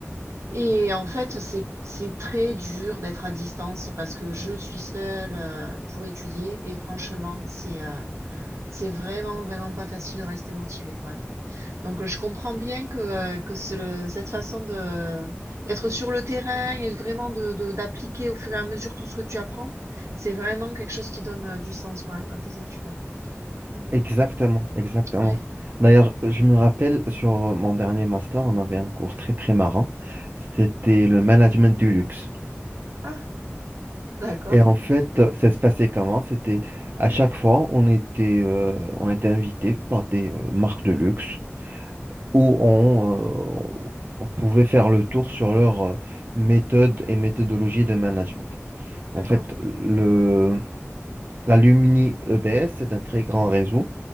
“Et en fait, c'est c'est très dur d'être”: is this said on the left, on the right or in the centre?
Right